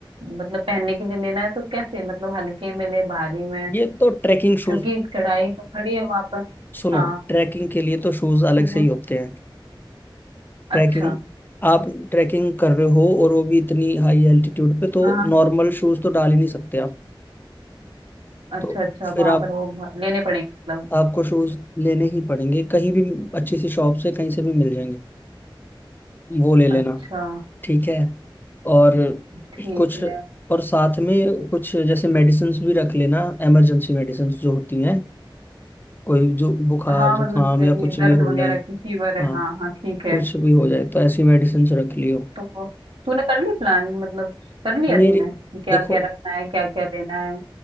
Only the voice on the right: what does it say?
मतलब पहनने के लिए लेना है तो कैसे मतलब हल्के में ले भारी में
क्योंकि कढ़ाई तो खड़ी है वहां पर
हाँ
हम्म
अच्छा
हाँ हाँ,
अच्छा
अच्छा वहां
पर वो भ- लेने पड़ेंगे मतलब
अच्छा
ठीक
है
हाँ
मतलब जैसे
कि
दर्द
वगैरह
की फीवर है
हाँ हाँ ठीक है
तो तूने कर ली प्लानिंग मतलब कर लिया
तूने कि क्या
क्या रखना है क्या क्या लेना है